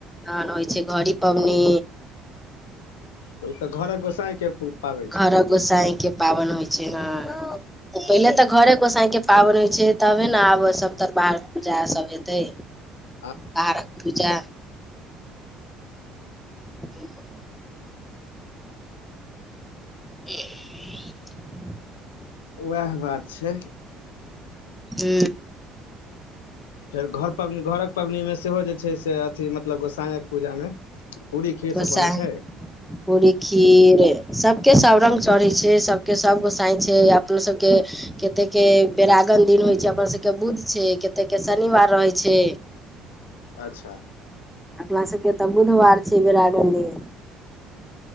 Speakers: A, in the centre; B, on the left.
A: हँ हँ होइ छै घड़ी पबनी
B: तऽ ओ तऽ घर गोसाई के पाबनि
A: घरक
B: छै
A: गोसाई के पाबनि होइ छै हँ तऽ पहिले तऽ घरे गोसाई के पाबनि होइ छै तबे ने आब सभ तर बाहर पूजा सभ हेतै
B: <inaudible>
A: बाहरक पुजा <inaudible> <unintelligible>
B: उएह बात छै
A: हू
B: फेर घर पबनी घरक पबनी मे सेहो जे छै से अथी मतलब गोसाई साँझक पूजा में पूरी खीर
A: गोसाई
B: सब बनै छै
A: पूरी खीर सभ के सभ रंग चढ़ै छै सभ के सभ गोसाई छै अपना सभ के कतेकके बेैरागन दिन होइत छै अपन सभके बुद्ध छै कतेक के शनिवार रहै छै
B: अच्छा
A: अपना सब के तऽ बुधवार छै बेरागन दिन